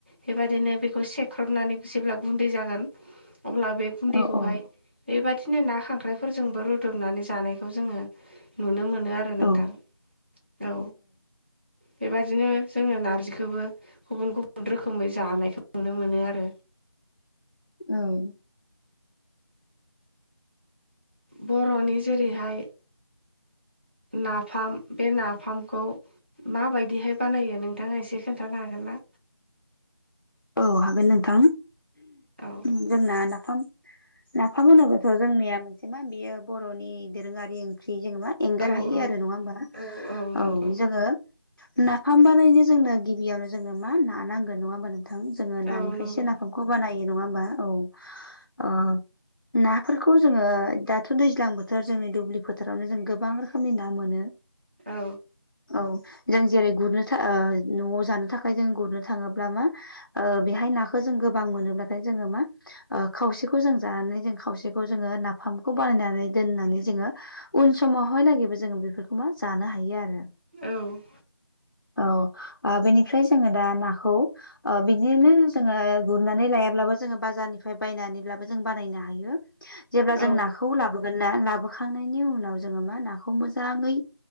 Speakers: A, on the right; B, on the left.
A: बेबादिनो बेखौ सेख्रबनानै जेब्ला गुन्दै जागोन। अब्ला बे गुन्दैखौहाय
B: औ औ
A: बेबादिनो ना खांख्राइफोरजोंबो रुदुबनानै जानायखौ जोङो नुनो मोनो आरो नोंथां
B: औ
A: औ। बेबदिनो जोङो नार्जिखौबो गुबुन गुबुन रोखोमै जानायखौ नुनो मोनो। आरो
B: औ
A: बर'नि जेरैहाय नाफाम बे नाफामखौ माबायदिहाय बानायो नोंथाङा एसे खोनथानो हागोन ना?
B: औ हागोन नोंथां।
A: औ
B: उम जोंना नाफाम नाफाम होनोब्लाथ' जोंनिया मोनसे मा बियो बर'नि दोरोङारि ओंख्रि जोङो मा एंगार
A: औ
B: हायि
A: औ
B: आरो नङा होमबा
A: औ
B: औ
A: नंगौ
B: जोङो नाफाम बानायनो जोंनो गिबियावनो जोंनो मा ना नांगोन नङा होमबा नोंथां। जोङो नानिफायसो
A: औ नंगौ
B: नाफामखौ बानायो नङा होमबा औ। नाफोरखौ जोङो दाथ' दैज्लां बोथोर जोंनि दुब्लि फोथोरावनो जों गोबां रोखोमनि ना मोनो।
A: औ
B: औ जों जेरै गुरनो था ओ न'आव जानो थाखाय जों गुरनो थाङोब्ला मा ओ बेहाय नाखो जों गोबां मोनोब्लाथाय जोङो मा ओ खावसेखौ जों जानानै जों खावसेखौ जोङो नाफामखौ बानायनानै दोननानै जोङो उन समावहायलागैबो जोङो बेफोरखौ मा जानो हायो। आरो
A: औ
B: औ ओ बेनिफ्राय जोङो दा नाखौ अ बिदिनो जोङो गुरनानै लायाब्लाबो जोङो बाजारनिफ्राय बायनानैब्लाबो जों बानायनो हायो। जेब्ला
A: औ
B: जों नाखौ लाबोगोन ना, लाबोखांनायनि उनाव जोङो मा नाखौ मोजाङै